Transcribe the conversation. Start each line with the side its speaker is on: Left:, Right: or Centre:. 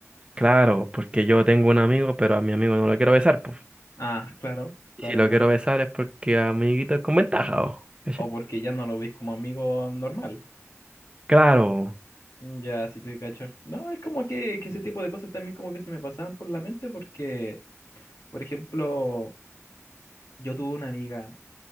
Right: Claro, porque yo tengo un amigo, pero a mi amigo no lo quiero besar, pues.
Left: Ah, claro, claro,
Right: Y si lo
Left: claro.
Right: quiero besar es porque amiguito es con ventaja, o, ¿cachai?
Left: O porque ya no lo ves como amigo normal.
Right: Claro.
Left: Mm, Ya, sí te cacho. No, es como que, que ese tipo de cosas también como que se me pasaban por la mente porque, por ejemplo, yo tuve una amiga